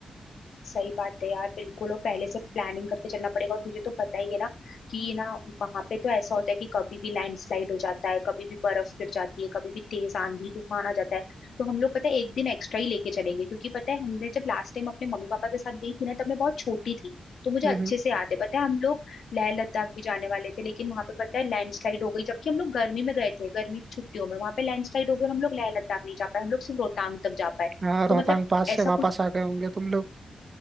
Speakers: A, on the left (about 65°); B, on the right (about 30°).
A: सही बात है यार बिल्कुल और पहले से प्लानिंग करके चलना पड़ेगा और तुझे तो पता ही है ना कि ये ना वहां पे तो ऐसा होता है कि कभी भी लैंडस्लाइड हो जाता है कभी भी बर्फ गिर जाती है कभी भी तेज आंधी तूफान आ जाता है तो हम लोग पता है एक दिन एक्स्ट्रा ही लेके चलेंगे क्योंकि पता है हमने जब लास्ट टाइम अपने मम्मी पापा के साथ गई थी ना तब मैं बहुत छोटी थी तो मुझे
B: हम्म
A: अच्छे
B: हम्म।
A: से याद है पता है हम लोग लेह लद्दाख भी जाने वाले थे लेकिन वहां पे पता है लैंडस्लाइड हो गई जबकि हम लोग गर्मी में गए थे गर्मी की छुट्टियों में वहां पे लैंडस्लाइड हो गई और हम लोग लेह लद्दाख नहीं जा पाए हम लोग सिर्फ रोहतांग तक जा पाए
B: हाँ रोहतांग
A: तो मतलब
B: पास
A: ऐसा
B: से वापस
A: कुछ
B: आ गए होंगे तुम लोग